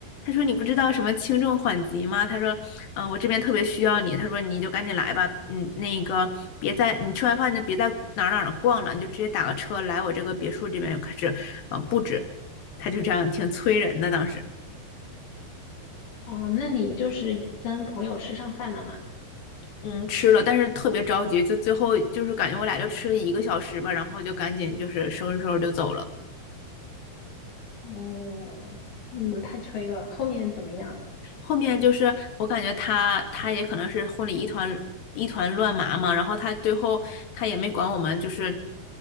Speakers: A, on the left; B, on the left.
A: 他说：“你不知道什么轻重缓急吗？”他说：“嗯、我这边特别需要你。”他说：“你就赶紧来吧，嗯，那个别在你吃完饭你就别在哪哪儿哪儿逛了，你就直接打个车来我这个别墅这边开始呃布置。”他就这样挺催人的。当时，
B: 哦，那你就是跟朋友吃上饭了吗？
A: 嗯，吃了，但是特别着急，就最后就是感觉我俩就吃了一个小时吧，然后就赶紧就是收拾收拾就走了。
B: 哦，嗯，太催了。后面怎么样？
A: 后面就是我感觉他他也可能是婚礼一团一团乱麻嘛，然后他最后他也没管我们就是